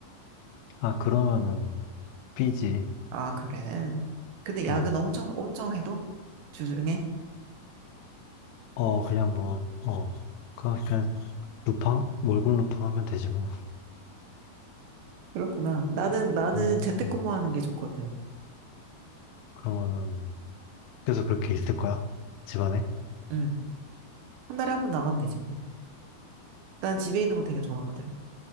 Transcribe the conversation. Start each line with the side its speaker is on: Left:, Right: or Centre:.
Left: 아, 그러면은 B지.
Right: 아, 그래. 근데 야근
Left: 어,
Right: 엄청, 엄청 해도? 주중에?
Left: 어, 그냥 뭐, 어. 그냥, 그냥 루팡? 월급 루팡 하면 되지 뭐.
Right: 그렇구나. 나는, 나는
Left: 음.
Right: 재택근무하는
Left: 음.
Right: 게 좋거든.
Left: 그러면은, 계속 그렇게 있을 거야? 집안에?
Right: 응. 한 달에 한 번 나가면 되지. 뭐. 난 집에 있는 거 되게 좋아하거든.